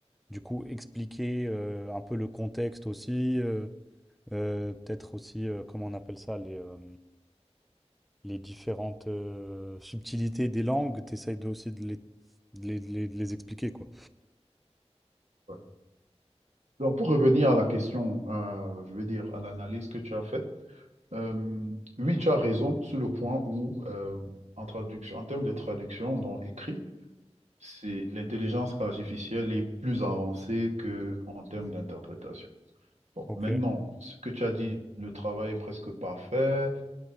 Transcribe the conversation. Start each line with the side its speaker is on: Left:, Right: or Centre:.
Centre: du coup expliquer euh, un peu le contexte aussi. euh, Euh, peut-être aussi, euh, comment on appelle ça, les, euh, les différentes euh, subtilités des langues, t'essayes de, aussi de les, de les, de les, de les expliquer, quoi.
Right: Ouais. Donc, pour revenir à la question, euh, je veux dire, à l'analyse que tu as faite, euh, oui, tu as raison sur le point où, euh, en traduction, en termes de traduction, donc écrit, c'est l'intelligence artificielle est plus avancée que en termes d'interprétation. Bon,
Centre: Ok.
Right: maintenant, ce que tu as dit, le travail est presque parfait.